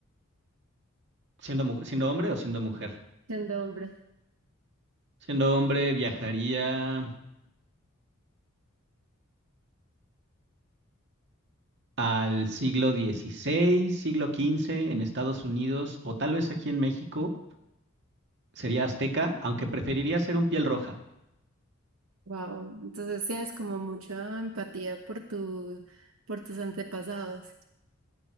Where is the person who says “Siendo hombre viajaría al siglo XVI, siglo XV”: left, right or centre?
Right